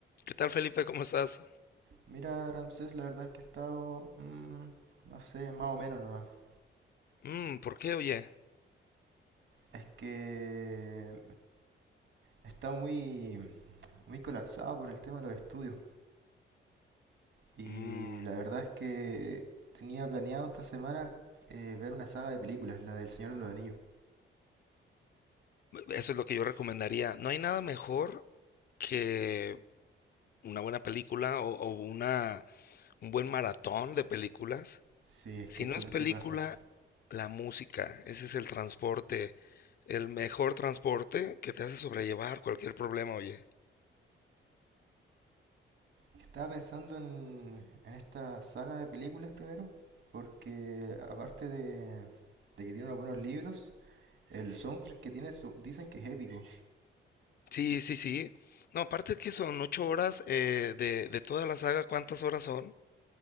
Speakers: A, on the left (about 50°); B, on the right (about 65°).
A: ¿Qué tal, Felipe? ¿Cómo estás?
B: Mira, Ramsés, la verdad es que he estado, mm, no sé, más o menos nomás.
A: Mm, ¿por qué, oye?
B: Es que he estado muy, muy colapsado por el tema de los estudios. Y
A: Mm,
B: la verdad es que tenía planeado esta semana eh, ver una saga de películas, la del Señor de los Anillos.
A: eso es lo que yo recomendaría. No hay nada mejor que una buena película o, o una, un buen maratón de películas.
B: Sí, es
A: Si
B: que eso
A: no es
B: es lo
A: película,
B: que pasa.
A: la música, ese es el transporte, el mejor transporte que te hace sobrellevar cualquier problema, oye.
B: Estaba pensando en, en esta saga de películas primero, porque aparte de, de que tiene unos buenos libros, el soundtrack que tiene su- dicen que es épico.
A: Sí, sí, sí. No, aparte que son ocho horas eh, de, de toda la saga, ¿cuántas horas son?